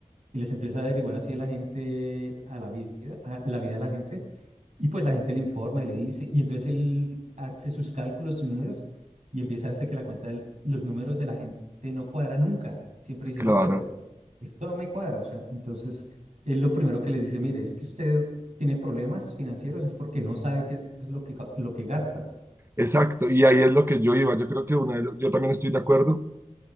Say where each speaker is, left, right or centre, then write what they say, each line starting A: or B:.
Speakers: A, on the right (about 70°); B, on the right (about 20°).
A: y les empieza a averiguar así a la gente, a la vida, a la vida a la gente, y pues la gente le informa y le dice, y entonces él hace sus cálculos, sus números, y empieza a darse que la cuenta de los números de la gente no cuadra nunca. Siempre dice,
B: claro.
A: no, pero esto no me cuadra. O sea, entonces él lo primero que les dice, mire, es que usted tiene problemas financieros, es porque no sabe qué es lo que, ca- lo que gasta.
B: Exacto, y ahí es lo que yo iba. Yo creo que uno de lo- yo también estoy de acuerdo